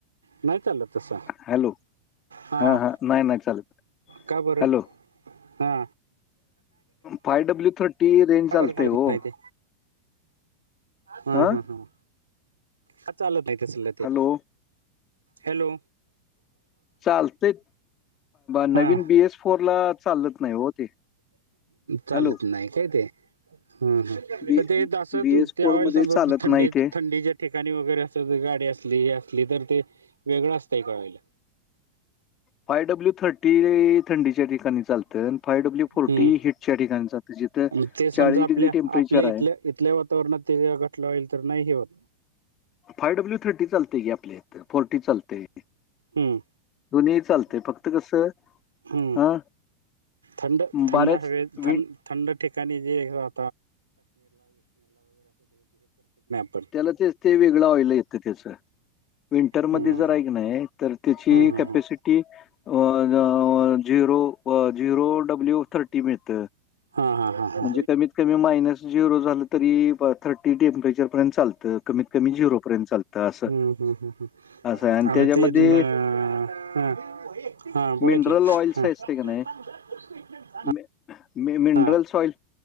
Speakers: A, on the right; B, on the left.
A: नाही चालत तस.
B: हॅलो
A: हां.
B: हा हा नाही नाही चालत
A: का बरं?
B: हॅलो
A: हा.
B: फाय डब्ल्यू थर्टी रेंज चालते
A: का बर चालत
B: हो
A: नाही ते? हम्
B: हा
A: हम् हम. का चालत नाही तसलं ते?
B: Hello
A: hello.
B: चालते नवीन
A: हम्म.
B: बी एस फोरला चालत नाही हो ते
A: चालत
B: हॅलो
A: नाही काय ते? हम्म हम्म.
B: बी
A: तर ते अस
B: बी एस
A: ते
B: फोर
A: ऑईल
B: मध्ये
A: समजा
B: चालत
A: थंडी
B: नाही ते
A: थंडीच्या ठिकाणी वगैरे अस गाडी असली हे असली तर ते वेगळं असतंय का ऑईल?
B: फाय डब्ल्यू थर्टी थंडीच्या ठिकाणी चालत. य. तर फाय डब्ल्यू फोर्टी
A: हम्म
B: हिटच्या ठिकाणी चालत जिथं
A: मग ते समजा
B: चाळीस
A: आपल्या
B: डिग्री टेम्परेचर
A: आपल्या इथल्या
B: आहे.
A: इथल्या वातावरणात ते <unintelligible> तर नाही हे होत.
B: फाय डब्ल्यू थर्टी चालतय की आपल्या इथं. फोर्टी चालतय.
A: हम्म
B: दोन्ही चालतय. फक्त कसं?
A: ह.
B: हा
A: थंड
B: बऱ्याच
A: थंड हवेत.
B: विण
A: थंड- थंड ठिकाणी जे अ -
B: त्याला तेच. ते वेगळं ऑईल येत त्याच. विंटरमध्ये
A: हम्म
B: जर ऐक नाही तर त्याची
A: हम्म हम्म
B: capacity-
A: हम्म
B: uh zero. Zero W thirty मिळत.
A: हा हा हा. हा
B: म्हणजे कमीत कमी मायनस झिरो झालं तरी, थर्टी टेम्परेचर- पर्यंत चालत. कमीत कमी झिरो पर्यंत चालत अस.
A: हम्म हम्म हम्म हम्म
B: असय आणि त्याच्यामध्ये-
A: ते हा हा बोला
B: मिनरल
A: की
B: ऑइलस
A: हा
B: असतय का नाही?
A: <inaudible>
B: मिन मिनरल्स
A: हा
B: ऑइल.